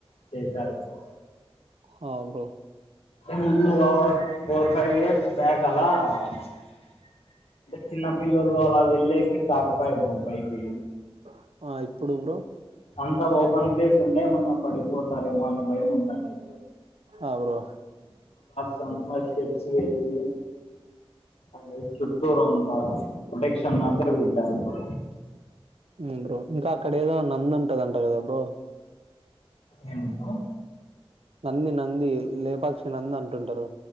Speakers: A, on the left; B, on the right.
A: చేశారు బ్రో
B: హా బ్రో
A: ముందు ఆ ఫోర్ ఫైవ్ ఇయర్స్ బ్యాక్ అలా అంటే చిన్న పిల్లలు అలా వెళ్ళేకి కాకపయ్ బ్రో పైకి
B: <inaudible> ఆ ఇప్పుడు బ్రో
A: అంత ఓపెన్ ప్లేస్ ఉండే ఏమన్న పడిపోతారేమో అనే భయం ఉంటాదది
B: ఆ బ్రో
A: దాంట్లో స్టెట్స్ వేసి అది చుట్టూరు అంతా ప్రొటెక్షన్ మాదిరి పెట్టారు బ్రో
B: ఊ బ్రో ఇంకా అక్కడ ఏదో నందుంటదంట కదా బ్రో
A: ఏం పో
B: నంది నంది లేపాక్షి నంది అంటుంటరు